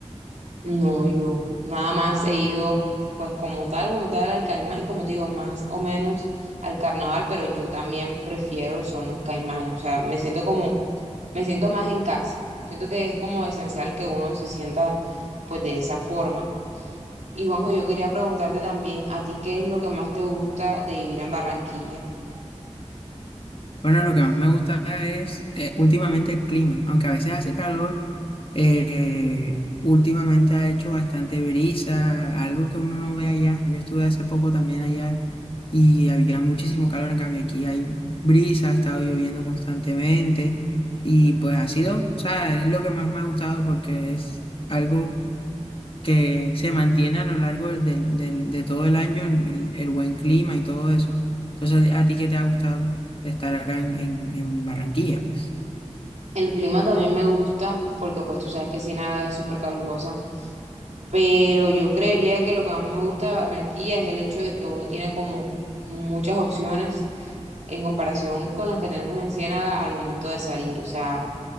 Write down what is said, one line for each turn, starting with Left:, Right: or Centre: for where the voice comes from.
Right: No, yo nada más he ido, pues como tal, como tal al Caimán, y como te digo, más o menos al carnaval, pero yo también prefiero son los Caimanes, o sea, me siento como, me siento más en casa, siento que es como esencial que uno se sienta pues de esa forma. Y Juanjo, yo quería preguntarte también, ¿a ti qué es lo que más te gusta de vivir en Barranquilla?
Left: Bueno, lo que más me gusta es eh, últimamente el clima, aunque a veces hace calor, eh, últimamente ha hecho bastante brisa, algo que uno no ve allá. Yo estuve hace poco también allá y había muchísimo calor, en cambio aquí hay brisa, ha estado lloviendo constantemente y pues ha sido, o sea, es lo que más me ha gustado porque es algo que se mantiene a lo largo del, del- del- de todo el año el, el- el buen clima y todo eso. Entonces, ¿a ti qué te ha gustado estar acá en, en- en Barranquilla? Pues
Right: El clima también me gusta, porque pues tú sabes que Siena es súper calurosa, pero yo creería que lo que más me gusta de Barranquilla es el hecho de que uno tiene como muchas opciones en comparación con las que tenemos en Ciénaga al momento de salir. O sea,